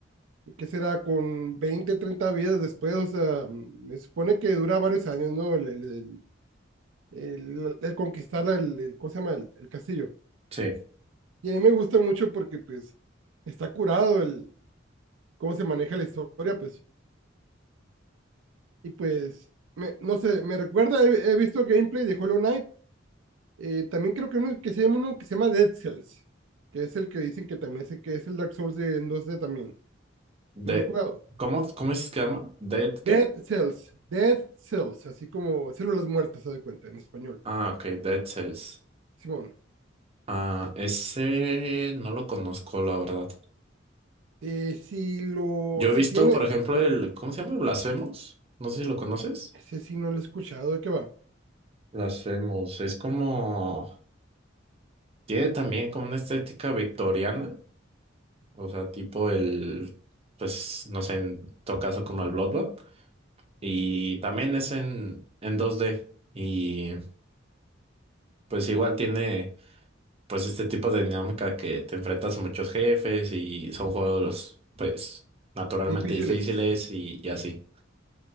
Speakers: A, on the right; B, on the right.
A: ¿Y qué será? Con 20 30 vidas después, o sea, mm, me supone que dura varios años, ¿no? El, el- el- el, el conquistar el, el, ¿cómo se llama? El, el, castillo.
B: Sí.
A: Y a mí me gusta mucho porque pues está curado el cómo se maneja la historia, pues. Y pues, me, no sé, me recuerda, he, he visto gameplay de Hollow Knight. Eh, también creo que, uno que se llama, uno que se llama Dead Cells, que es el que dicen que también sé que es el Dark Souls de, en dos d también.
B: De,
A: ¿No lo has jugado?
B: ¿cómo, cómo es que se llama? ¿Dead qué?
A: Dead Cells, Dead Cells, así como células muertas, se da cuenta, en español.
B: Ah, ok, Dead Cells.
A: Simón,
B: Ah, ese no lo conozco, la verdad.
A: eh, si lo,
B: Yo he
A: si
B: visto,
A: tiene,
B: por ejemplo, el, ¿cómo se llama? Blasphemous. No sé si lo conoces.
A: no sé si no lo he escuchado, ¿de qué va?
B: Blasphemous. Es como, tiene también como una estética victoriana. O sea, tipo el, pues, no sé, en todo caso como el Bloodborne. Y también es en, en dos d Y pues igual tiene pues este tipo de dinámica que te enfrentas a muchos jefes y son juegos pues naturalmente
A: Difíciles.
B: difíciles y, y así.